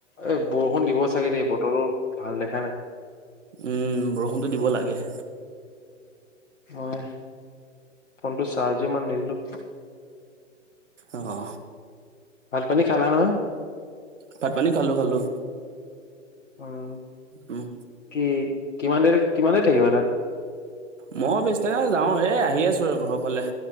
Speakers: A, on the left; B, on the right.
A: এ বৰষুণ দিব চাগে দেই বতৰো ভাল দেখা নাই।
B: উম বৰষুণটো দিব লাগে।
A: মই ফোনটো চাৰ্জ ইমান নিদিলোঁ।
B: আহ।
A: ভাত পানী খালা নহয়?
B: ভাত পানী খালো খালো।
A: উম
B: উম
A: কি কিমান দেৰি কিমান দেৰি থাকিবা তাত?
B: মই যাওঁ এ আহি আছো আৰু ঘৰৰ ফালে